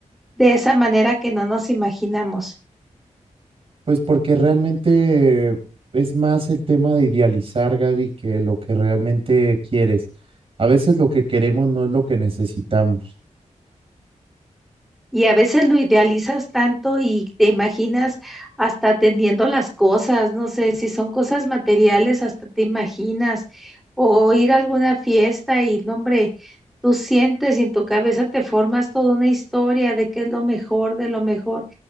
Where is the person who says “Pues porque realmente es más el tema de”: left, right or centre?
Right